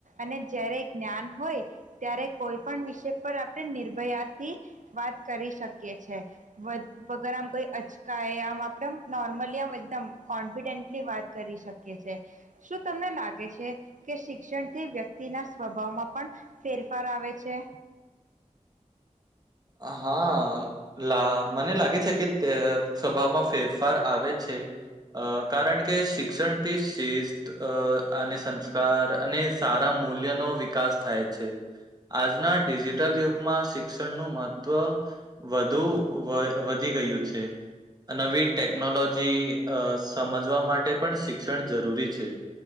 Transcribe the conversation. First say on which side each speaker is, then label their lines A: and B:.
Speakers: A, on the right; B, on the right.
A: અને જ્યારે જ્ઞાન હોય ત્યારે કોઈ કોઈ પણ વિષય પર આપણે નિર્ભયાથી વાત કરી શકીએ છે વગર આમ કોઈ અચકાય આમ આપણેેમ નોર્મલી આમ એકદમ કોન્ફિડેન્ટલી વાત કરી શકીએ છીએ શું તમને લાગે છે કે શિક્ષણથી વ્યક્તિના સ્વભાવમાં પણ ફેરફાર આવે છે
B: હા લા મને લાગે છે કે તે સભામાં ફેરફાર આવે છે અ કારણ કે શિક્ષણથી શિસ્ત અને સંસ્કાર અને સારામાં મૂલ્યનો વિકાસ થાય છે આજના ડિજિટલ યુગમાં શિક્ષણનું મહત્વ તવ વધુ વધી ગયું છે નવી ટેકનોલોજી અ સમજવા માટે પણ શિક્ષણ જરૂરી છે